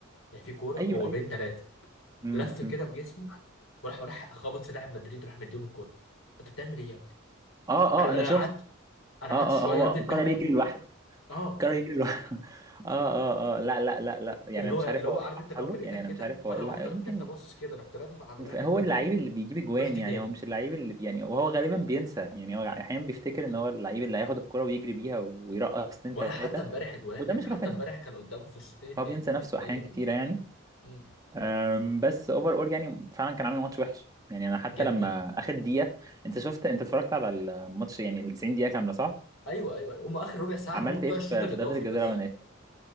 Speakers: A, on the left; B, on the right.
A: يعني في كوره
B: ايوه
A: هو
B: ايوه
A: بين ثلاثه
B: مم.
A: لف كده
B: مم.
A: بجسمه وراح وراح خبط في لاعب مدريد وراح مديهم الكوره انت بتعمل ايه يا ابني؟
B: اه
A: انا
B: اه انا
A: انا
B: شفت
A: قعدت انا
B: اه
A: قعدت شويه
B: اه هو
A: يا ابني
B: قرر
A: انت هبل
B: يجري لوحده
A: اه
B: قرر يجري لوحده <laughs> اه اه اه لا لا لا لا يعني
A: اللي
B: انا
A: هو
B: مش
A: اللي
B: عارف
A: هو
B: هو ايه
A: عارف
B: اللي
A: انت
B: حصل
A: اللي هو
B: له
A: فرقتك
B: يعني انا
A: كده
B: مش عارف
A: مره
B: هو ايه اللي
A: واحده رحت
B: يمكن
A: انت باصص كده رحت لافف على
B: انت
A: ناحيه
B: فا- هو
A: مدريد
B: اللعيب اللي بيجيب اجوان
A: ورحت
B: يعني
A: جاري
B: هو مش اللعيب اللي يعني وهو غالبا بينسى يعني هو احيانا بيفتكر ان هو اللعيب اللي هياخد الكرة ويجري بيها ويرقص اتنين
A: ولا
B: تلاته
A: حتى امبارح اجوان
B: وده
A: يعني
B: مش
A: حتى
B: رافينيا
A: امبارح كان قدامه فرصتين اتنين
B: هو بينسى نفسه
A: اتنين
B: احيان كتيره يعني
A: م- م-
B: أم، بس اوفر اول يعني فعلا كان عامل ماتش وحش يعني انا حتى
A: جدا
B: لما اخد دقيقه انت
A: م-
B: شفت انت اتفرجت على الماتش يعني ال 90 دقيقه كامله صح
A: ايوه ايوه ايوه هم اخر ربع ساعه
B: عملت
A: اللي هم بتوع
B: ايه في
A: الشوط الاضافي
B: في ضربه الجزاء
A: بس
B: الاولانيه